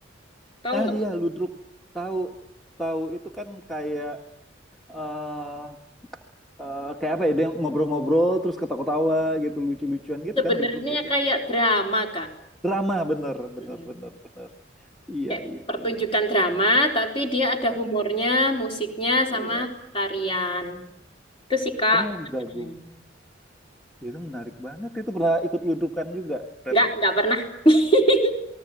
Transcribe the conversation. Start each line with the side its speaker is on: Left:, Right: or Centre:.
Left: tahu
Centre: Ah
Left: nggak?
Centre: iya, ludruk. Tahu, tahu itu kan kayak eh eh, kayak apa ya dia ngobrol-ngobrol terus ketawa-ketawa gitu lucu-lucuan gitu
Left: Sebenarnya
Centre: kan ludruk gitu
Left: kayak drama kak.
Centre: drama bener bener
Left: Mm-mm.
Centre: bener bener iya
Left: Kayak
Centre: iya
Left: pertunjukan
Centre: iya
Left: drama, tapi dia ada
Centre: Ah,
Left: humornya, musiknya sama
Centre: iya
Left: tarian. Itu sih kak.
Centre: oh gabung
Left: Nah,
Centre: Ya, itu menarik banget itu pernah ikut ludrukan juga Retno
Left: Nggak, nggak pernah. <laughs>